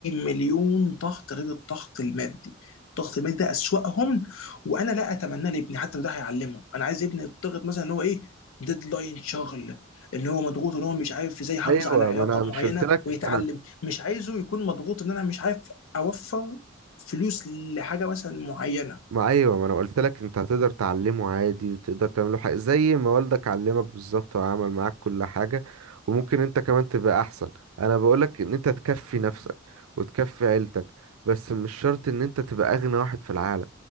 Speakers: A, on the left; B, on the right.
A: مليون ضغط غير الضغط المادي الضغط المادي ده اسوأهم وانا لا اتمناه لابني حتى لو ده هيعلمه انا عايز ابني يضغط مثلا ان هو ايه ديدلاين شغل ان هو مضغوط ان هو مش عارف ازاي يحافظ
B: ايوه
A: على علاقه
B: ما انا مش
A: معينه
B: قلت لك
A: ويتعلم
B: انا
A: مش عايزه يكون مضغوط ان انا مش عارف اوفر فلوس لحاجه مثلا معينه
B: ما ايوه ما انا قلت لك انت هتقدر تعلمه عادي وتقدر تعمله حاجه زي ما والدك علمك بالظبط وعمل معاك كل حاجه وممكن انت كمان تبقى احسن انا بقولك ان انت تكفي نفسك وتكفي عيلتك بس مش شرط ان انت تبقى اغنى واحد في العالم